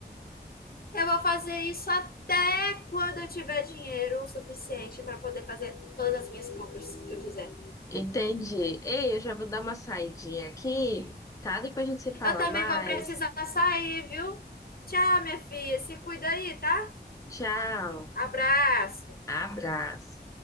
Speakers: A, on the left; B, on the left.
A: Eu vou fazer isso até quando eu tiver dinheiro o suficiente para poder fazer todas as minhas compras que eu quiser.
B: Entendi. Ei, eu já vou dar uma saidinha aqui, tá? Depois a gente se fala
A: Eu também
B: mais.
A: vou precisar sair, viu? Tchau, minha filha. Se cuida aí, tá?
B: Tchau.
A: Abraço.
B: Abraço.